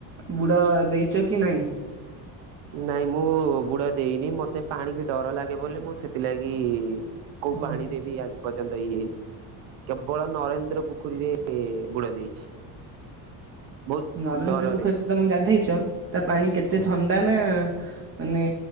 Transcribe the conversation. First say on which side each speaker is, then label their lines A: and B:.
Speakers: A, on the right; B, on the right.
A: ବୁଡ ଦେଇଛ କି ନାଇଁ?
B: ନାଇଁ ମୁଁ ବୁଡ ଦେଇନି ମତେ ପାଣିିକି ଡର ଲାଗେ ବୋଲି ମୁଁ ସେଥିଲାଗି। କୋଉ
A: ଓ
B: ପାଣି ରେ ବି ଆଜି ପର୍ଯ୍ୟନ୍ତ ଦେଇନି କେବଳ ନରେନ୍ଦ୍ର ପୋଖରୀରେ ବୁଡ ଦେଇଛି।
A: <inaudible>
B: ବହୁତ
A: ନରେନ୍ଦ୍ର
B: ଡରରେ
A: ପୋଖରୀ ତ ତମେ ଗାଧେଇଛ ତା ପାଣି କେତେ ଥଣ୍ଡା ନା ମାନେ।